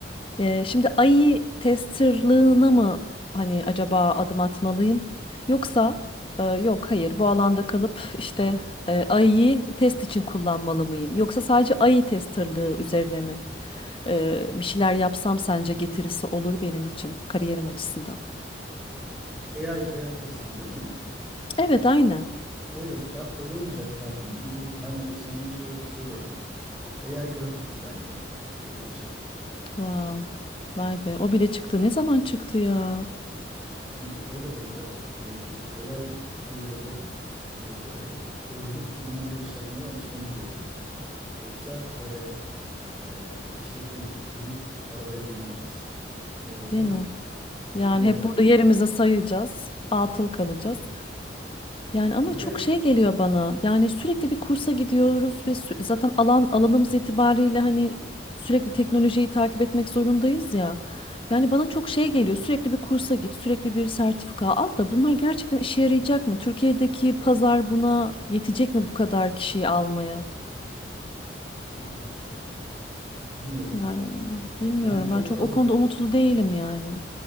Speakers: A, on the left (about 30°); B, in the centre.
A: Ee, şimdi AI testerlığına mı hani acaba adım atmalıyım? Yoksa e, yok hayır bu alanda kalıp işte e, AI'yi test için kullanmalı mıyım? Yoksa sadece AI testerlığı üzerine mi e, bir şeyler yapsam sence getirisi olur benim için kariyerim açısından?
B: AI AI tester değil mi?
A: Evet aynen.
B: Öyle ya öyle olacak zaten çünkü ben de geçen gün şey şey gördüm. AI grafik designer diye bir şey.
A: Wow.
B: Ee,
A: Vay be o bile çıktı. Ne zaman çıktı ya?
B: çünkü öyle olacak. Ee, AI tool'ları e, öğrenip onlarla iş yapmaya alışmamız gerekiyor. Yoksa böyle e, eşekten inip, inip arabaya binemeyeceğiz. O
A: Değil mi?
B: <laughs> devrimi
A: Yani
B: yakalayamayacağız.
A: hep burada yerimize sayacağız, atıl kalacağız. Yani ama
B: Ha bir
A: çok
B: de
A: şey geliyor bana. Yani sürekli bir kursa gidiyoruz ve sü- zaten alan alanımız itibariyle hani sürekli teknolojiyi takip etmek zorundayız ya. Yani bana çok şey geliyor. Sürekli bir kursa git, sürekli bir sertifika al da bunlar gerçekten işe yarayacak mı? Türkiye'deki pazar buna yetecek mi bu kadar kişiyi almaya?
B: yeter. Bilmiyorum.
A: Yani bilmiyorum.
B: Yani çok
A: Ben çok
B: fazla.
A: o konuda umutlu değilim yani.